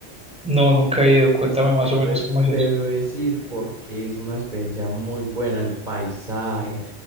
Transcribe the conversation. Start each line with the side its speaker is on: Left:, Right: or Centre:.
Centre: No, nunca he ido, cuéntame más
Right: Entonces
Centre: o menos cómo
Right: debes
Centre: es
Right: ir porque es una experiencia muy buena, el paisaje.